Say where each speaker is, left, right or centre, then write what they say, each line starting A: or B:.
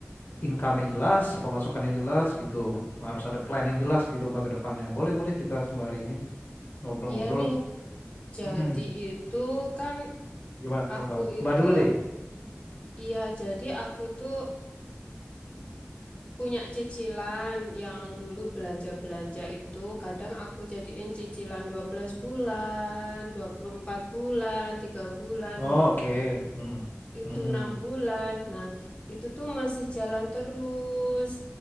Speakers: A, on the left; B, on the left.
A: income yang jelas, pemasukan yang jelas gitu. Harus ada plan yang jelas gitu Mbak ke depannya. Boleh boleh kita sembari ini ngobrol-ngobrol.
B: Iya nih, jadi
A: Mm-mm.
B: itu kan
A: Gimana
B: aku
A: Mbak?
B: itu,
A: Mbak dulu deh.
B: iya jadi aku itu punya cicilan yang dulu belanja-belanja itu kadang aku jadiin cicilan 12 bulan, 24 bulan, 3 bulan,
A: Oh,
B: 2
A: oke. Mm.
B: itu
A: Mm-mm.
B: 6 bulan. Nah, itu tuh masih jalan terus.